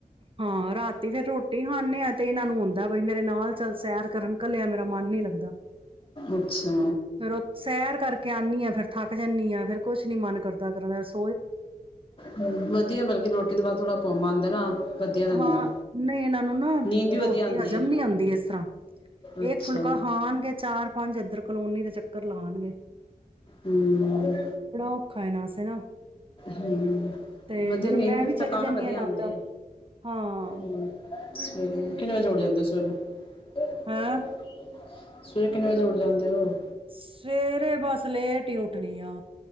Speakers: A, on the right (about 35°); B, on the left (about 35°).
A: ਹਾਂ ਰਾਤੀ ਫੇਰ ਰੋਟੀ ਖਾਂਦੇ ਹ ਇਹਨਾਂ ਨੂੰ ਜਾਂ ਬਈ ਮੇਰੇ ਨਾਲ ਚੱਲ ਸੈਰ ਕਰਨ ਕਲਿਆਂ ਮੇਰਾ ਮਨ ਨਹੀਂ ਲੱਗਦਾ।
B: ਅੱਛਾ
A: ਫਿਰ ਉਹ ਸੈਰ ਕਰਕੇ ਆਨੀ ਆ ਫੇਰ ਥੱਕ ਜਾਨੀ ਆਂ। ਫਿਰ ਕੁਛ ਨੀ ਮਨ ਕਰਦਾ ਕਰਨ ਅਸ-
B: ਹੂ ਵਧੀਆ ਬਲਕੀ ਰੋਟੀ- ਕਿਤੇ ਬਾਅਦ ਥੋੜਾ ਘੁੰਮ ਆਂਦੇ ਨਾ- ਵਧੀਆ ਰਹਿੰਦਾ
A: ਹਾਂ, ਨਹੀਂ ਇਹਨਾਂ ਨੂੰ ਨਾ
B: ਨੀਂਦ ਵੀ
A: ਰੋਟੀ
B: ਵਧੀਆ ਆਂਦੀ
A: ਹਜ਼ਮ
B: ਏ
A: ਨੀ ਹੁੰਦੀ ਇਸ ਤਰ੍ਹਾਂ।
B: ਅੱਛਾ
A: ਏਕ ਫੁਲਕਾ ਖਾਣਗੇ ਚਾਰ ਪੰਜ ਇੱਧਰ ਕਲੋਨੀ ਦੇ ਚੱਕ- ੱਕਰ ਲਾਣਗੇ।
B: ਹੂੰਅ-
A: ਔਖਾ ਇਹਨਾਂ ਵਾਸਤੇ ਨਾ
B: ਹੂੰਅ
A: ਤੇ
B: ਵਧੀਆ
A: ਫੇਰ
B: ਨੀਂਦ
A: ਮੈਂ
B: ਫਿਰ
A: ਵੀ
B: ਥਕਾਨ
A: ਚਲੀ ਜਾਂਦੀ
B: ਵਧੀਆ
A: ਹਾਂ
B: ਆਂਦੀ
A: ਨਾਲ
B: ਆ।
A: ਹਾਂ
B: ਹੂੰ -ਸਵੇਰੇ ਕਿੰਨੇ ਵਜੇ ਉਠ ਜਾਂਦੇ ਸਵੇ <inaudible>
A: ਹੈਂ
B: <unintelligible> ਸਵੇਰੇ ਕਿੰਨੇ ਵਜੇ ਉਠ ਜਾਂਦੇ ਹੋ?
A: ਸਵੇਰੇ ਬਸ ਲੇਟ- ਟੀ ਉੱਠਣੀ ਆ।